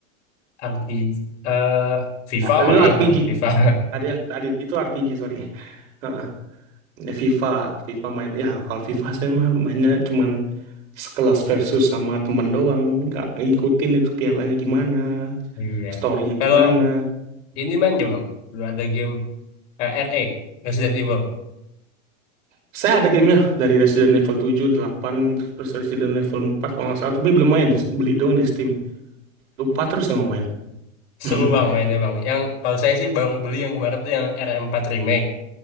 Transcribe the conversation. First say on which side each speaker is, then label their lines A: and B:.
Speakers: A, on the left; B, on the right.
A: RPG eh FIFA
B: Ah, tadi
A: main
B: itu RPG.
A: bang FIFA
B: Tadi tadi itu RPG sorry. Heeh. Ya, FIFA, FIFA main. Ya kalau FIFA saya mah mainnya cuman sekelas versus sama temen doang. Nggak ngikutin itu pialanya gimana,
A: <laughs> iya
B: storynya
A: kalau
B: gimana.
A: ini main gak bang dulu ada game eh, RE Resident Evil
B: Saya ada gamenya dari Resident Evil tujuh, 8, terus Resident Evil empat, kalau nggak salah, tapi belum main. Beli doang di Steam. Lupa terus yang mau main. <clears throat> <laughs>
A: seru bang mainnya bang yang kalau saya sih baru beli yang kemarin tuh yang RE4 remake